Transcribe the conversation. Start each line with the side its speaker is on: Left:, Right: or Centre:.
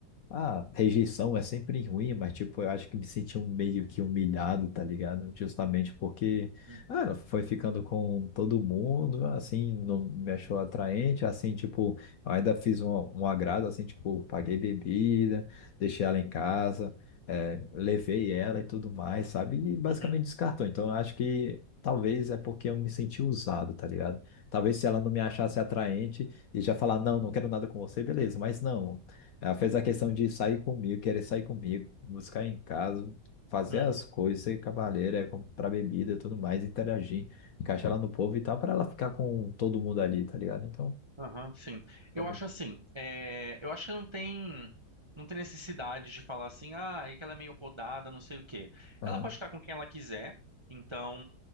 Left: Ah, rejeição é sempre ruim, mas tipo, eu acho que me senti um- meio que humilhado, tá ligado? Justamente porque,
Right: Hum,
Left: ah, ela foi ficando com todo mundo, assim, não me achou atraente, assim, tipo, eu ainda fiz um, um agrado, assim, tipo, paguei bebida, deixei ela em casa, eh, levei ela e tudo mais, sabe? E basicamente
Right: Uhum.
Left: descartou. Então, eu acho que talvez é porque eu me senti usado, tá ligado? Talvez se ela não me achasse atraente e já falar, não, não quero nada com você, beleza, mas não. Ela fez a questão de sair comigo, querer sair comigo, buscar em casa, fazer
Right: Uhum.
Left: as coisas, ser cavaleira, é, comprar bebida e tudo mais, interagir, encaixar ela no povo e tal, para ela ficar com todo mundo ali, tá ligado? Então,
Right: Aham, sim.
Left: tá
Right: Eu
Left: bem.
Right: acho assim, é, eu acho que não tem, não tem necessidade de falar assim, ah, é que ela é meio rodada, não sei o quê.
Left: Aham,
Right: Ela pode ficar com quem ela quiser, então